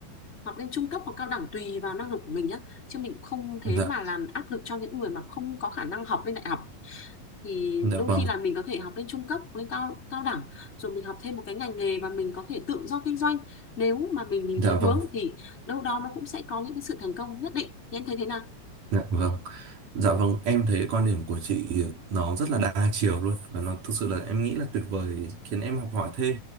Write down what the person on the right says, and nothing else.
dạ
dạ
vâng
dạ
vâng
dạ vâng Dạ vâng, em thấy quan điểm của chị nó rất là đa chiều luôn và nó thực sự là em nghĩ là tuyệt vời khiến em học hỏi thêm.